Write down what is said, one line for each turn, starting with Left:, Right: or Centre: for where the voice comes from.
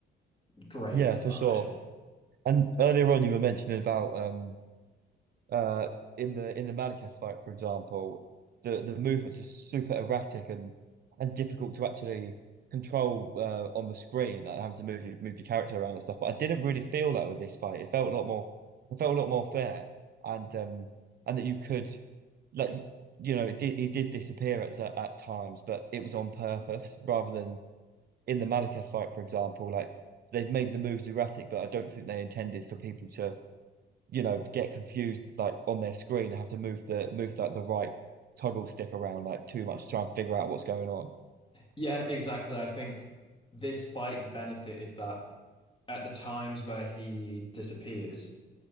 Left: great
Right: Yeah,
Left: design.
Right: for sure. And earlier on, you were mentioning about um uh in the in the Malekith fight, for example, the the movements are super erratic and and difficult to actually control uh, on the screen, like having to move your move your character around and stuff. But I didn't really feel that with this fight. It felt a lot more it felt a lot more fair and um and that you could like you know it did he did disappear at cer- at times, but it was on purpose rather than in the Malekith fight, for example, like they've made the moves erratic, but I don't think they intended for people to you know, get confused like on their screen and have to move the move that the right toggle stick around like too much to try and figure out what's going on.
Left: Yeah, exactly. I think this fight benefited that at the times where he disappears,